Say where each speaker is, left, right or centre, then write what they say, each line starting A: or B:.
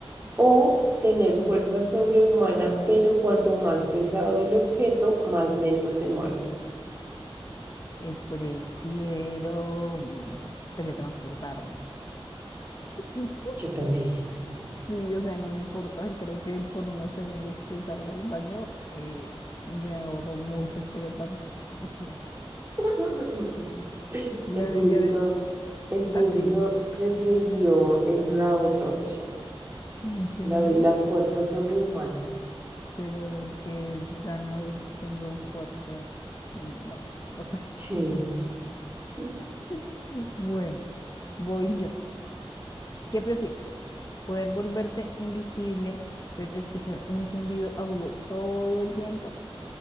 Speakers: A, on the right; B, on the left.
A: ¿O tener fuerza sobrehumana, pero cuanto más pesado el objeto, más lento te mueves?
B: Eh, prefiero mm, teletransportarme. <laughs>
A: Yo también.
B: Sí, o sea, no me importa. Creo que por unos segundos que salga del baño, eh, me ahorro mucho teletransportándome. <laughs>
A: <laughs>
B: Ya,
A: El público,
B: ya, de-
A: el público
B: así.
A: prefirió el- la otra opción,
B: ¿En serio?
A: la de la fuerza sobrehumana.
B: Pero que ganado siendo fuerte. mm, Bueno, no sé.
A: Sí. Sí.
B: <laughs> Bueno, voy yo. ¿Qué prefieres? ¿Poder volverte invisible, pero escuchar un zumbido agudo todo el tiempo?